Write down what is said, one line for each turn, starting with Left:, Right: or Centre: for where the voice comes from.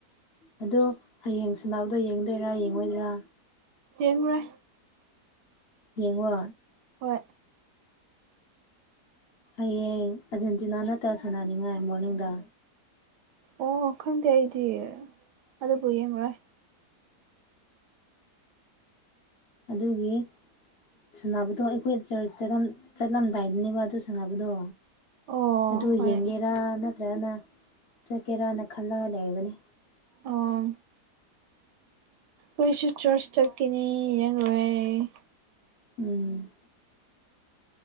Left: ꯑꯗꯨ ꯍꯌꯦꯡꯁꯤꯅꯥꯕꯗꯣ ꯌꯦꯡꯗꯣꯏꯔꯥ ꯌꯦꯡꯉꯣꯏꯗꯔꯥ
Right: ꯌꯦꯡꯉꯨꯔꯦ
Left: ꯌꯦꯡꯉꯣ
Right: ꯍꯣꯏ
Left: ꯍꯌꯦꯡ ꯑꯔꯖꯦꯟꯇꯤꯅꯥ ꯅꯠꯇꯒ ꯁꯥꯟꯅꯅꯤꯡꯉꯥꯏ ꯃꯣꯔꯅꯤꯡꯗ
Right: ꯑꯣ ꯈꯪꯗꯦ ꯑꯩꯗꯤ ꯑꯗꯨꯕꯨ ꯌꯦꯡꯉꯔꯣꯏ
Left: ꯑꯗꯨꯒꯤ ꯁꯥꯟꯅꯕꯗꯣ ꯑꯩꯈꯣꯏ ꯆꯔꯆꯇꯅ ꯆꯠꯂꯝꯗꯥꯏꯗꯨꯅꯦꯕ ꯑꯗꯨ ꯁꯪꯉꯅꯕꯗꯣ
Right: ꯑꯣ
Left: ꯑꯗꯨ
Right: ꯍꯣꯏ
Left: ꯌꯦꯡꯒꯦꯔꯥ ꯅꯠ ꯅꯠꯇ꯭ꯔꯅ ꯆꯠꯀꯦꯔꯅ ꯈꯜꯂꯒ ꯂꯩꯅꯤ
Right: ꯑꯣ ꯑꯩꯈꯣꯏꯁꯨ ꯆꯔꯆ ꯆꯠꯈꯤꯅꯤ ꯌꯦ ꯂꯣꯏꯦ
Left: ꯎꯝ